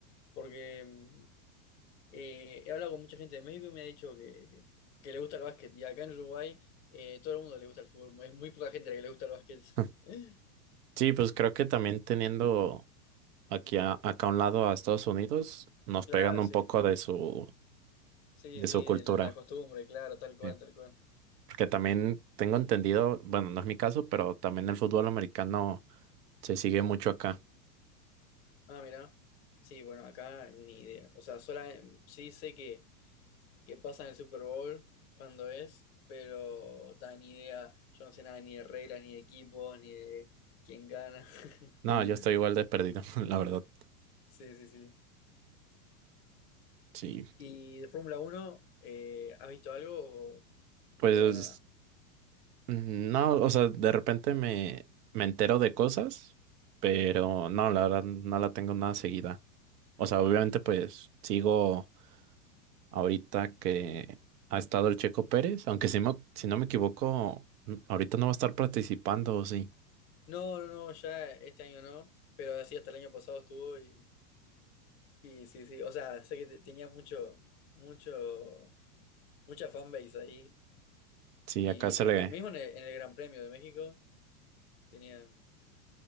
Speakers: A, on the left; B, on the right.
A: Porque mm, eh, he hablado con mucha gente de México y me ha dicho que, que le gusta el básquet. Y acá en Uruguay eh, todo el mundo le gusta el fútbol. Es muy poca gente a la que le gusta el básquet.
B: <laughs>
A: <laughs>
B: Sí, pues creo que también teniendo aquí a- acá a un lado a Estados Unidos, nos
A: Claro,
B: pegan un
A: sí.
B: poco de su,
A: Sí,
B: de
A: sí,
B: su cultura.
A: la costumbre, claro, tal cual,
B: Sí.
A: tal cual.
B: Porque también tengo entendido, bueno, no es mi caso, pero también el fútbol americano. Se sigue mucho acá.
A: Ah, mira. Sí, bueno, acá ni idea. O sea, sola, sí sé que, que pasa en el Super Bowl cuando es, pero tan ni idea. Yo no sé nada ni de reglas, ni de equipos, ni de quién gana. <laughs>
B: No, yo estoy igual de perdido, <laughs> la verdad.
A: Sí, sí, sí.
B: Sí.
A: ¿Y de Fórmula Uno, eh, has visto algo o,
B: Pues
A: o nada?
B: no, o sea, de repente me, me entero de cosas, pero no, la verdad no la tengo nada seguida. O sea, obviamente pues sigo. ahorita que ha estado el Checo Pérez, aunque si, mo- si no me equivoco, n- ahorita no va a estar participando, ¿o sí.
A: No, no, no, ya este año no, pero sí, hasta el año pasado estuvo y, y sí, sí. O sea, sé que te- tenía mucho, mucho, mucha fanbase ahí
B: Sí,
A: Y
B: acá se
A: eh,
B: le,
A: bueno, mismo en el, en el Gran Premio de México tenía.